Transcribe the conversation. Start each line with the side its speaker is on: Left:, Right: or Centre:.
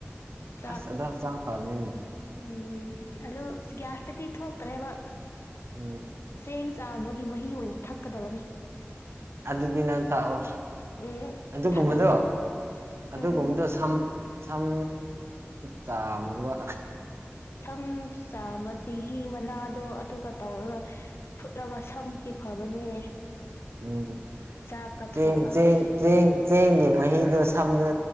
Left: ꯆꯥꯛ
Right: ꯑꯁꯗ ꯆ ꯐꯅꯤꯅꯦ
Left: ꯎꯝ ꯑꯣ ꯒ꯭ꯌꯥꯁꯇꯗꯤ ꯊꯣꯛꯇ꯭ꯔꯦꯕ
Right: ꯎꯝ
Left: ꯆꯦꯡ ꯆꯥ ꯑꯃꯒꯤ ꯃꯍꯤ ꯑꯣꯏꯅ ꯊꯛꯀꯗꯕꯅꯤ
Right: ꯎꯝ ꯑꯗꯨꯗꯤ ꯅꯍꯥꯟ ꯇꯥꯛꯑꯣ
Left: ꯎꯝ
Right: ꯑꯗꯨꯒꯨꯝꯕꯗꯣ
Left: ꯊꯛꯑꯣꯏ
Right: ꯑꯗꯨꯒꯨꯝꯕꯗꯣ
Left: ꯎꯝ
Right: ꯁꯝ ꯁꯝ ꯆꯥꯕꯕ
Left: ꯁꯝ ꯆꯥꯝꯕ ꯆꯦꯡꯍꯤ ꯃꯅꯥꯗꯣ ꯑꯗꯨꯒ ꯇꯧꯔꯒ ꯐꯨꯠꯂꯒ ꯁꯝ ꯐꯕꯅꯦ
Right: ꯎꯝ
Left: ꯆꯥꯛꯀ
Right: ꯆꯦꯡ
Left: ꯊꯣꯡꯉꯒ
Right: ꯆꯦꯡ
Left: ꯑꯁ
Right: ꯆꯦꯡ ꯆꯦꯡꯒꯤ ꯃꯍꯤꯗꯣ ꯁꯝꯅ